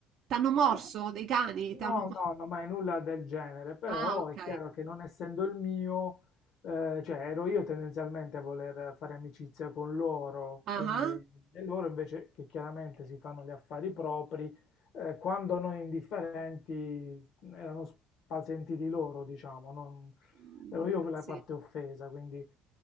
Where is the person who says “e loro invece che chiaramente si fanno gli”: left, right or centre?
Left